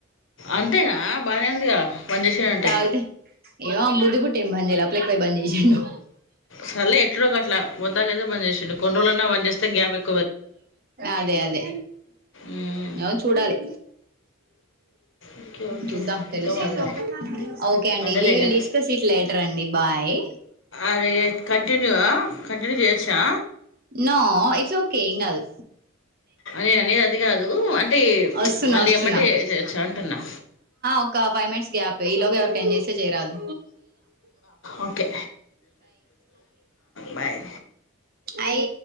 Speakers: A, on the left (about 60°); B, on the right (about 45°).
A: అంతేనా బానే ఉందిగా బంజేశిండు అంటే
B: తాగితే ఏమో బుద్ధి పుట్టి ఏం బంద్ చేయలే అప్పులు ఎక్కువై బంద్ చేసిండు
A: సర్లే ఎట్లో ఒక అట్లా మొత్తానికి అయితే బంజేసిండు కొన్ని రోజులన్నా బంజేస్తే గ్యాప్ ఎక్
B: అదే అదే
A: మ్మ్.
B: ఏమో చూడాలి
A: ఓకే ఓకే
B: చూద్దాం తెలుస్తాది
A: ఇంకా మమ్మీ
B: గా ఓకే అండి
A: అదేలేగా
B: వి విల్ డిస్కస్ ఇట్ లేటర్ అండి బాయ్
A: అరే కంటిన్యూ కంటిన్యూ చేయొచ్చా
B: నో ఇట్స్ ఓకే ఏం కాదు
A: నేను అనేది అది కాదు అంటే
B: వస్తున్నా
A: మళ్ళీ
B: వస్తున్నా
A: ఎమ్మటే చేయొచ్చా అంటున్నా
B: ఒక ఫైవ్ మినిట్స్ గ్యాప్ ఇలోగ ఎవరికన్నా చేస్తే చేయరాదు
A: ఓకే బాయ్
B: అయి